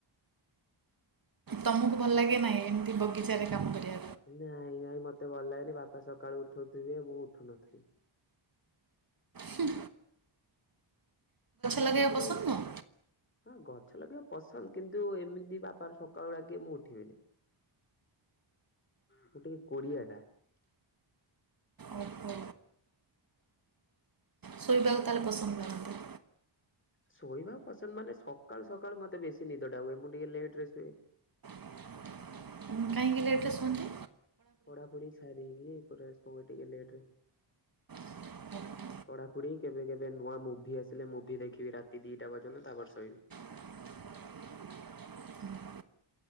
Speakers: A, on the right; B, on the left.
A: ତମକୁ ଭଲ ଲାଗେ ନାହିଁ ଏମିତି ବଗିଚାରେ କାମ କରିବାକୁ?
B: ନାଇଁ ନାଇଁ ମତେ ଭଲ ଲାଗେନି ବାପା ସକାଳୁ ଉଠଉଥିବେ ମୁଁ ଉଠୁ ନଥିବି।
A: ହୁଁ।
B: ମୁଁ
A: ଲଗାଇବା
B: ସୁଧରୁ
A: ପସନ୍ଦ ନୁହଁ
B: ଗ ଗଛ ଲଗେଇବାକୁ ପସନ୍ଦ କିନ୍ତୁ ଏମିତି ବାପାର ସକାଳୁ ଡାକିବେ ମୁଁ ଉଠିବିନି। ମୁଁ ଟିକେ କୋଡି଼ଆ ଟା।
A: ଓହୋ। ଶୋଇବାକୁ ତାହେଲେ ପସନ୍ଦ କରନ୍ତି?
B: ଶୋଇବାକୁ ପସନ୍ଦ ମାନେ ସକାଳୁ ସକାଳୁ ମତେ ବେଶୀ ନିଦ ଟା ହୁଏ ମୁଁ ଟିକେ ଲେଟ୍ ରେ ଶୁଏ।
A: <unintelligible> କେତେ ଲେଟ୍ ରେ ଶୁଅନ୍ତି?
B: ପଢ଼ାପଢ଼ି ସାରିଲି ପୁରା ଶୁଏ ଟିକେ ଲେଟରେ।
A: <unintelligible>
B: ପଢ଼ାପଢ଼ି କେବେ କେବେ ନୂଆ ମୁଭି ଆସିଲେ ମୁଭି ଦେଖିବି ରାତି ଦିଟା ପର୍ଯ୍ୟନ୍ତ ତାପରେ ଶୋଇବି।
A: <unintelligible>